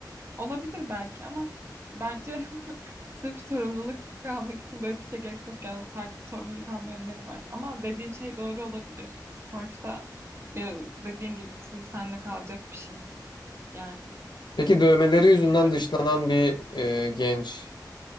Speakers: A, on the right; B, on the left.
A: Olabilir belki ama bence <laughs> sırf sorumluluk almak için böyle bir şey gerek yok ya. Farklı sorumluluk alma yönleri var. Ama dediğin şey doğru olabilir. Sonuçta e, dediğin gibi full senle kalacak bir şey. Yani
B: Peki dövmeleri yüzünden
A: bilmiyorum.
B: dışlanan bir e, genç